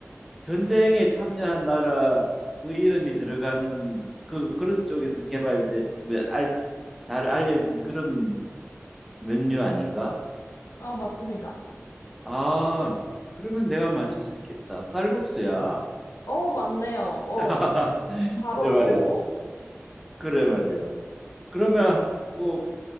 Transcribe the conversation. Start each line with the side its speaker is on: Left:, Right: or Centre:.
Centre: 전쟁에 참여한 나라 그 이름이 들어가는 그 그런 쪽에서 개발된 뭐, 잘 알려진 그런 메뉴 아닌가?
Left: 아, 맞습니다.
Centre: 아, 그러면 내가 맞출 수 있겠다. 쌀국수야.
Left: 어, 맞네요. 어.
Centre: <laughs>
Left: 어떻게 바로,
Centre: 그래
Left: 어.
Centre: 말이야. 그래 말이야. 그러면 뭐